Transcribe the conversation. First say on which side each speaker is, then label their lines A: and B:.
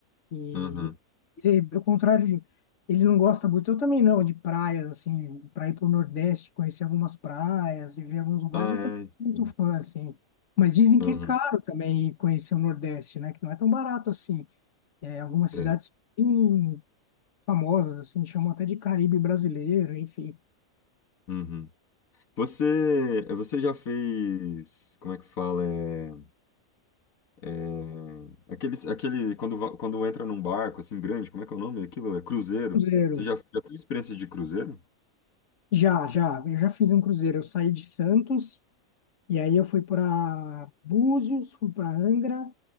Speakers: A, on the left; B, on the left.
A: E
B: uhum.
A: ele, ao contrário, de- ele não gosta muito, eu também não, de praias, assim, para ir para o Nordeste, conhecer algumas praias e ver alguns lugares,
B: Ah,
A: eu também
B: é.
A: sou muito fã, assim. Mas dizem que
B: Uhum,
A: é caro também ir conhecer o Nordeste, né? Que não é tão barato assim. É, algumas cidades
B: é.
A: bem famosas, assim, chamam até de Caribe brasileiro, enfim.
B: Uhum. Você, você já fez, como é que fala? É, é, aqueles, aquele, quando, va- quando entra num barco assim grande, como é que é o nome daquilo? É cruzeiro.
A: Cruzeiro.
B: Você já, já teve experiência de cruzeiro?
A: Já, já, eu já fiz um cruzeiro. Eu saí de Santos e aí eu fui para Búzios, fui para Angra.